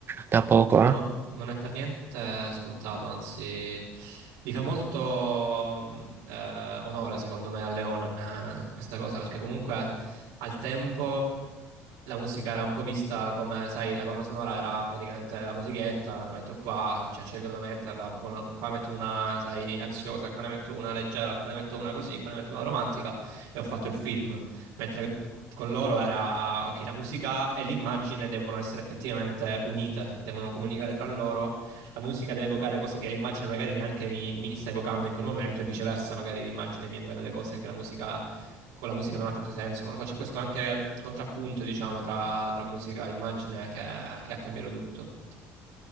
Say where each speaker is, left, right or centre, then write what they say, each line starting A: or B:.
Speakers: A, on the right (about 40°); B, on the right (about 80°).
A: da poco,
B: No,
A: eh.
B: no, non è per niente scontato, anzi, gli fa molto mh, eh, onore, secondo me, a Leone eh, questa cosa, perché comunque al tempo la musica era un po' vista come, sai, la colonna sonora era praticamente la musichetta, me la metto qua, cioè scelgo dove metterla, un po', qua ne metto una, sai, ansiosa, qua ne metto una leggera, qua ne metto una così, qua ne metto una romantica e ho fatto il film mentre con loro era, ok, la musica e l'immagine devono essere effettivamente unite, devono comunicare tra loro, la musica deve evocare cose che l'immagine magari neanche mi, mi sta evocando in quel momento e viceversa, magari l'immagine mi evoca delle cose che la musica, con la musica non ha tanto senso, non lo so, c'è questo anche contrappunto, diciamo, tra, tra musica e immagine che, che ha cambiato tutto.